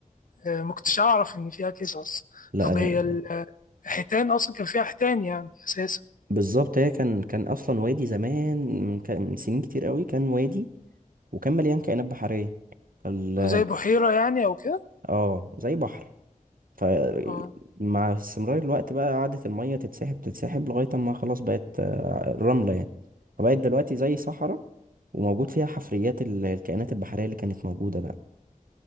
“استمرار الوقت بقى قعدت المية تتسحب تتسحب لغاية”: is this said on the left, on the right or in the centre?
Right